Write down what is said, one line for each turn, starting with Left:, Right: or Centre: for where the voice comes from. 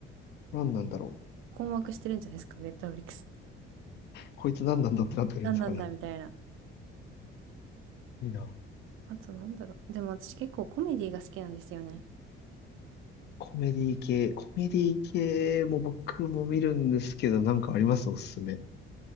Left: 何なんだろう。
Right: 困惑してるんじゃないですか、ネットフリックス。
Left: こいつ何なんだってなってるんですかね。
Right: 何なんだみたいな。
Left: いいな。
Right: あとなんだろう。でも私結構コメディが好きなんですよね。
Left: コメディ系、コメディ系も僕も見るんですけど、なんかありますおすすめ。